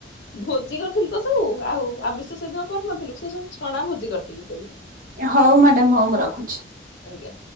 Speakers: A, on the left (about 70°); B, on the right (about 45°).
A: ଭୋଜି କରିଥିଲୁ ତ ସବୁ ଆଉ ଆମିଷ ସେଦିନ କରିନଥିଲୁ ସେ ସବୁ ଛଣା ଭୋଜି କରିଥିଲୁ ସବୁ।
B: ହଉ ମ୍ୟାଡ଼ାାମ ହଉ ମୁଁ ରଖୁଛି।
A: ଆଜ୍ଞା।